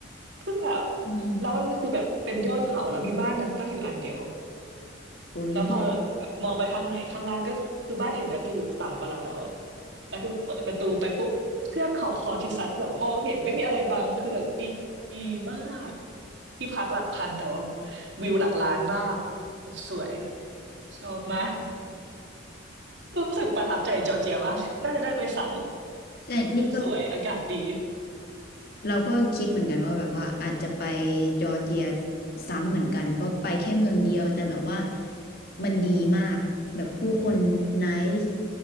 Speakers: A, on the right; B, on the left.
A: เพื่อ
B: อืม
A: แล้วมันคือแบบเป็นยอดเขาแล้วมีบ้านนั้นตั้งอยู่อันเดียว
B: โอ้ยดี
A: แล้วพอแบบมองไปทางไหนข้างล่างก็คือบ้านอื่นก็จะอยู่ต่ำกว่าเราแล้วอะแล้วคือเปิดประตูไปปุ๊บเทือกเขาคอเคซัสแบบมองเห็นไม่มีอะไรบังคือแบบดีดีมากที่พักหลักพันแต่ว่าวิวหลักล้านมากแบบสวยชอบมาก <laughs> รู้สึกประทับใจจอร์เจียมากน่าจะได้ไปซ้ำเพราะวิวสวยอากาศดี
B: ใช่นี่ก็เราก็คิดเหมือนกันว่าแบบว่าอาจจะไปจอร์เจียซ้ำเหมือนกันเพราะไปแค่เมืองเดียวแต่แบบว่ามันดีมากแบบผู้คนไนซ์